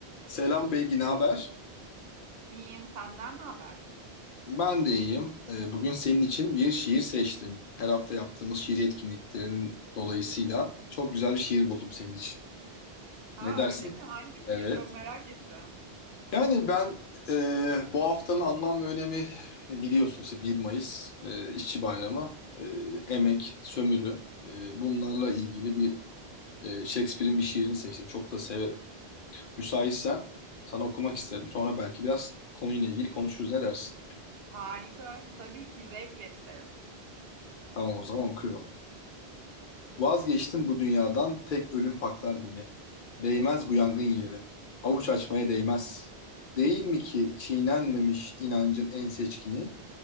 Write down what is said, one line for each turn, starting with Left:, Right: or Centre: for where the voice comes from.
Left: Selam Beygi, ne haber?
Right: İyiyim, senden ne haber?
Left: Ben de iyiyim. Ee, Bugün senin için bir şiir seçtim. Her hafta yaptığımız şiir etkinliklerin dolayısıyla çok güzel bir şiir buldum senin için.
Right: Ha
Left: Ne dersin?
Right: öyle mi? Hangi
Left: Evet.
Right: şiir? Çok merak ettim.
Left: Yani ben e, bu haftanın anlam ve önemi biliyorsun işte 1 Mayıs e, İşçi Bayramı, e, emek, sömürü e, bunlarla ilgili bir e, Shakespeare'in bir şiirini seçtim. Çok da severim. Müsaitsen sana okumak isterim. Sonra belki biraz konuyla ilgili konuşuruz. Ne dersin?
Right: Harika. Tabii ki zevkle isterim.
Left: Tamam o zaman okuyorum. Vazgeçtim bu dünyadan, tek ölüm paklar beni. Değmez bu yangın yeri, avuç açmaya değmez. Değil mi ki çiğnenmemiş inancın en seçkini?